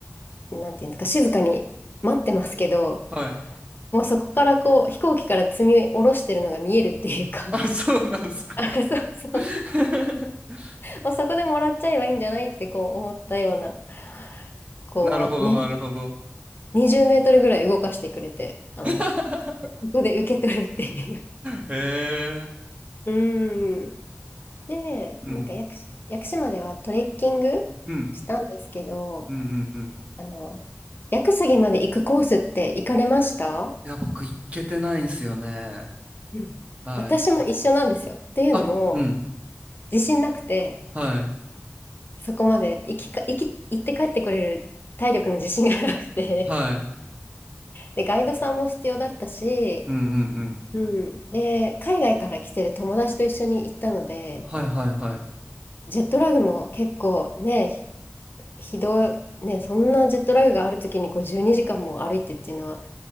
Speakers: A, on the left; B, on the right.
A: なんていうんですか、静かに待ってますけど、
B: はい。
A: もうそこからこう、飛行機から積み下ろしてるのが見えるっていうか、
B: あ、そうなんすか。
A: <laughs> あ、そうそう。
B: <laughs>
A: もうそこでもらっちゃえばいいんじゃないってこう思ったような、こうね、
B: なるほど、なるほど。
A: 20メートルぐらい動かしてくれて、
B: <laughs>
A: あの、そこで受け取るっていう。
B: へえ。
A: うん。で、
B: うん。
A: なんか屋久島、屋久島ではトレッキングしたんですけど、
B: うん。うんうんうん。い
A: あの、屋久杉まで行くコースって行かれました
B: や、僕、行けてないんすよね。
A: うん私も一緒なんですよ。
B: はい。
A: っていうのも、
B: あ、うん。
A: 自信なくて、
B: はい。
A: そこまで行きか、行き、行って帰ってこれる体力の自信がなくて、
B: はい。
A: で、ガイドさんも必要だったし、
B: うんうんうん。
A: うん。で、海外から来てる友達と一緒に行ったので、
B: はいはいはい。
A: ジェットラグも結構ね、ひ、ひどい、ね、そんなジェットラグがある時にこう12時間も歩いてっていうのは